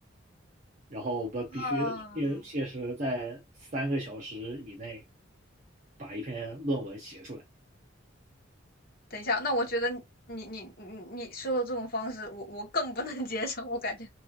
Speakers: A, on the right; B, on the left.
A: 然后我们必须限限时在三个小时以内
B: 啊，
A: 把一篇论文写出来。
B: 等一下，那我觉得你你你你你说的这种方式，我我更不能接受，我感觉